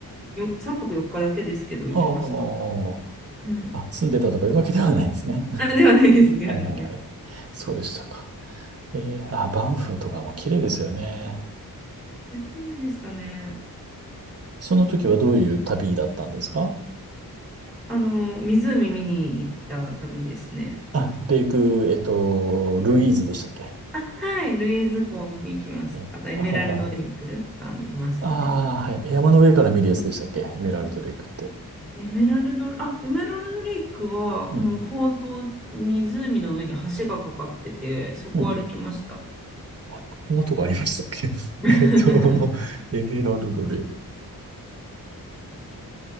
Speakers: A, in the centre; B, on the right.
A: よ、3泊4日だけですけど行きました。
B: あ
A: うん。
B: あ、あ、住んでたとかいうわけではないですね。<laughs>
A: あ、ではないです、ではないです。
B: はいはいはい。そうでしたか。ええ、あ、バンフとかも綺麗ですよね。
A: 綺麗でしたね。
B: その時はどういう旅だったんですか
A: あの、湖見に行った旅ですね。
B: あ、レイク、えっと、ルイーズでしたっけ
A: あ、はい、ルイーズ湖を見に行きました。
B: え、
A: あとエメラルドレイクとか見ましたね。
B: はははは。<laughs> ああ、はい。山の上から見るやつでしたっけエメラルドレイクって。
A: エメラルド、あ、エメラルドレイクはもう本当湖の上に橋がかかってて、
B: うん。
A: そこを歩きました。
B: うん。あこんなとこありましたっけ <laughs>
A: <laughs>
B: えっと、エメラルドレイク。